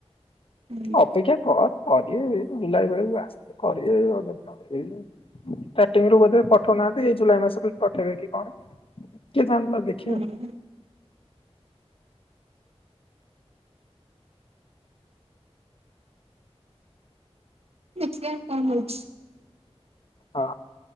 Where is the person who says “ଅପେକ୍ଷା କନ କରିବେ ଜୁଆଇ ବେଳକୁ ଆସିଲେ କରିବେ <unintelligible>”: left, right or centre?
Left